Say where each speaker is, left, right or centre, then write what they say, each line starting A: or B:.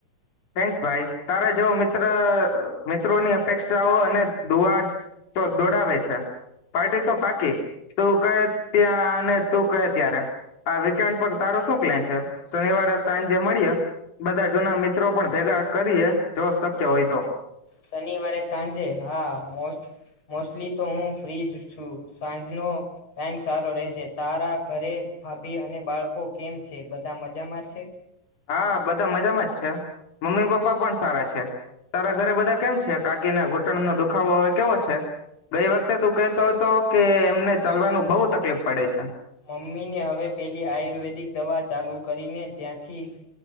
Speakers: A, on the left; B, on the left.
A: થેન્ક્સ ભાઈ તારા જેવો મિત્ર મિત્રોની અપેક્ષાઓ અને દુઆ જ તો દોડાવે છે પાર્ટી તો પાકી તું કહે ત્યાં અને તું કહે ત્યારે આ વીકેન્ડ પર તારો શુ પ્લાન છે શનિવારે સાંજે મળીએ. બધા જૂના મિત્ર.. મિત્રો પણ ભેગા કરીએ જો શક્ય હોય તો
B: શનિવારે સાંજે હા મોસ્ટલી તો હું ફ્રી જ છું સાંજનો ટાઈમ સારો રહેશે તારા ઘરે ભાભી અને બાળકો કેમ છે બધા મજામાં છે.
A: હા બધા મજામાં જ છે મમ્મી પપ્પા પણ સારા છે તારા ઘરે બધા.. કેમ છે કાકીના ઘૂંટણ નો દુખાવો હવે કેવો છે ગઈ વખતે તું કેતો હતો કે એમને ચાલવાનું બહુ તકલીફ પડે છે.
B: મમ્મી ને હવે પેલી આયુર્વેદિક દવા ચાલુ કરીને ત્યાંથી જ